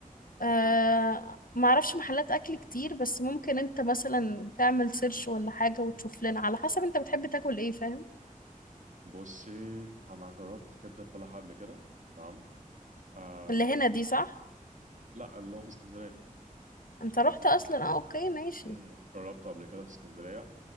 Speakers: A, on the left; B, on the right.
A: أه
B: مم.
A: معرفش محلات أكل كتير بس ممكن انت مثلا تعمل سيرش ولا حاجة وتشوف لنا على حسب انت بتحب تاكل ايه فاهم
B: بصي انا جربت كبده فلاحه قبل كده تمام آه
A: اللي هنا دي صح
B: لا اللي هو في اسكندريه
A: انت رحت أصلا اه اوكي ماشي
B: مم. جربته قبل كده في اسكندريه